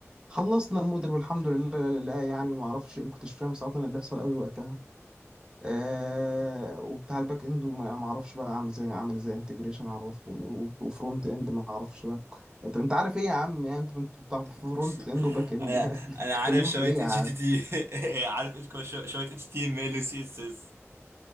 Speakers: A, on the right; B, on the right.
A: خلصنا الموديل والحمد لله لله يعني ما اعرفش ان كنتش فاهم صراحه اللي بيحصل قوي وقتها آه وبتاع الباك اند وما ما اعرفش بقى اعمل ازاي اعمل ازاي انتجريشن اعرفه و- وفرونت اند ما اعرفش بقى طب انت عارف ايه يا عم يعني انت انت بتاع فرونت
B: <laughs>
A: اند وباك اند
B: انا
A: <laughs> يعني بتتكلموا
B: انا عارف شوية
A: في ايه
B: اتش
A: يا عم
B: تي تي <laughs> عارف إيش كو- شو- شوية اتش تي ام ال وسي اس اس